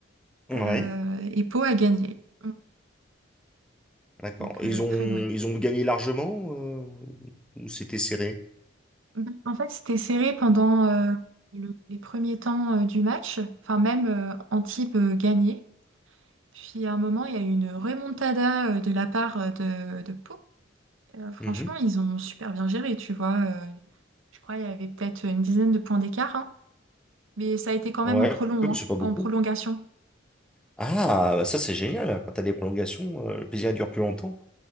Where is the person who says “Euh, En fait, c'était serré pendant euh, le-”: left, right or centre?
Right